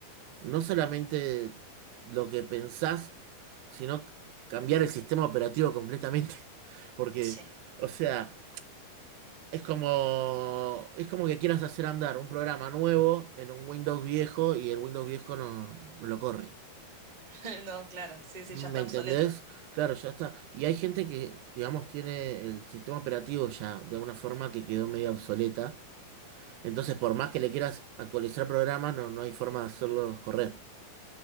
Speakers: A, on the right; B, on the right.
A: no solamente lo que pensás, sino c- cambiar el sistema operativo completamente. <laughs> Porque,
B: sí.
A: o sea, es como, es como que quieras hacer andar un programa nuevo en un Windows viejo y el Windows viejo no, no lo corre.
B: <laughs> No, claro, sí, sí,
A: ¿Me
B: ya está
A: entendés?
B: obsoleto.
A: Claro, ya está. Y hay gente que, digamos, tiene el sistema operativo ya de una forma que quedó medio obsoleta. Entonces, por más que le quieras actualizar programas, no, no hay forma de hacerlos correr.